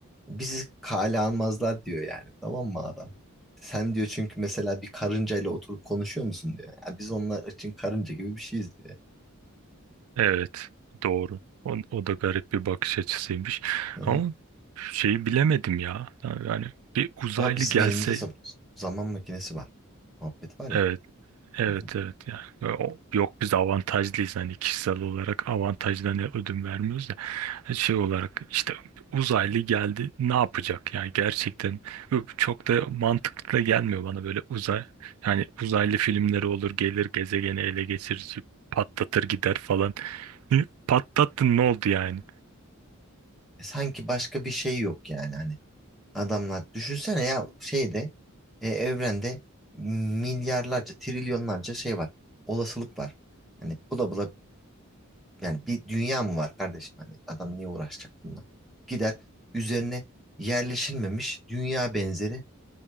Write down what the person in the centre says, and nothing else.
bizi kale almazlar diyor yani tamam mı adam? Sen diyor çünkü mesela bir karınca ile oturup konuşuyor musun diyor. Yani biz onlar için karınca gibi bir şeyiz diyor.
Hı
hı.
Ama bizim
elimizde zam- zaman makinesi var. Muhabbet var ya.
Hı hı.
E sanki başka bir şey yok yani. Hani adamlar. Düşünsene ya şeyde e, evrende milyarlarca, trilyonlarca şey var. Olasılık var. Hani bula bula yani bir dünya mı var kardeşim? Hani adam niye uğraşacak bununla? Gider üzerine yerleşilmemiş dünya benzeri